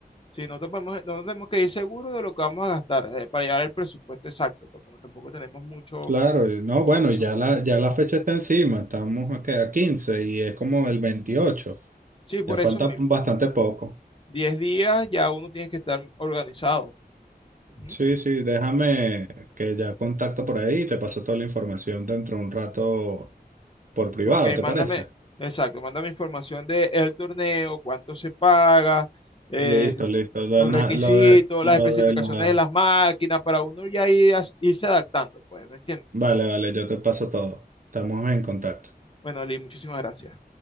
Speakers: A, on the left (about 30°); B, on the right (about 55°).
A: sí, no te podemos- no tenemos que ir seguro de lo que vamos a gastar eh, para llegar al presupuesto exacto, porque no- tampoco tenemos mucho,
B: Claro, y no,
A: mucho
B: bueno,
A: presupuesto.
B: y ya la, ya la fecha está encima. Estamos a, ¿qué? a 15 y es como el veintiocho,
A: Sí, por
B: Ya falta
A: eso mismo,
B: bastante poco.
A: 10 días ya uno tiene que estar organizado. Ujú.
B: Sí, sí, déjame que ya contacto por ahí y te paso toda la información dentro de un rato por privado,
A: Ok,
B: ¿te
A: mándame,
B: parece?
A: exacto, mándame información de el torneo, cuánto se paga, eh,
B: Listo, listo. Lo,
A: los
B: de na-
A: requisitos,
B: lo de, lo
A: las especificaciones
B: de la...
A: de las máquinas, para uno ya ir, as- irse adaptando, pues, ¿me entiendes?
B: Vale, vale, yo te paso todo. Estamos en contacto.
A: Bueno, Lee, muchísimas gracias.